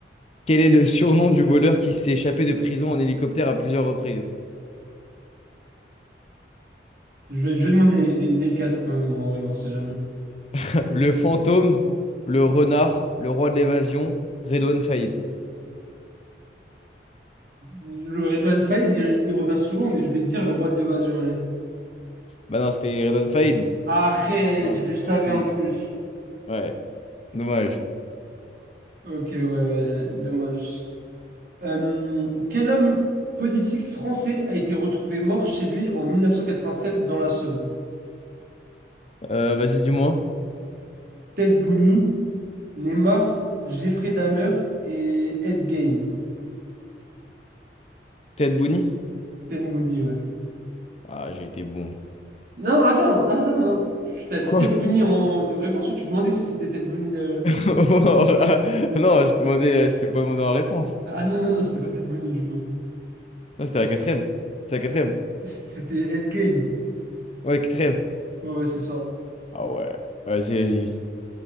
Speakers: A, on the left (about 35°); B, on the right (about 55°).
A: Quel est le surnom du voleur qui s'est échappé de prison en hélicoptère à plusieurs reprises?
B: Je vais, je vais demander les, les- les quatre quand même, en vrai, on sait jamais.
A: <laughs> Le fantôme, le renard, le roi de l'évasion, Redouane Faïd.
B: Le Redouane Faïd, il, il revient souvent, mais je vais dire le roi de l'évasion, allez.
A: Bah non, c'était Redouane Faïd.
B: Arrête,
A: Ouais.
B: je le savais
A: si.
B: en plus.
A: Ouais, dommage.
B: Ok, ouais, ouais, dommage. Euh, quel homme politique français a été retrouvé mort chez lui en 1993 dans la Somme?
A: Euh, vas-y, dis-moi.
B: Ted Bundy, Neymar, Jeffrey Dahmer et Ed Gein.
A: Ted Bundy?
B: Ted Bundy, ouais.
A: Ah, j'ai été bon.
B: Non, attends, non, attends, non. Tu t'as dit
A: Quoi?
B: Ted Bundy en de réponse ou tu demandais si c'était Ted Bundy le-
A: <laughs> Non, je demandais, euh, je t'ai pas demandé en réponse.
B: Ah non, non, non, c'était pas Ted Bundy du coup.
A: Non, c'était
B: C-
A: la quatrième. C'est la quatrième.
B: C'était Ed Gein.
A: Ouais, quatrième.
B: Ouais, ouais, c'est ça.
A: Ah ouais, vas-y, vas-y.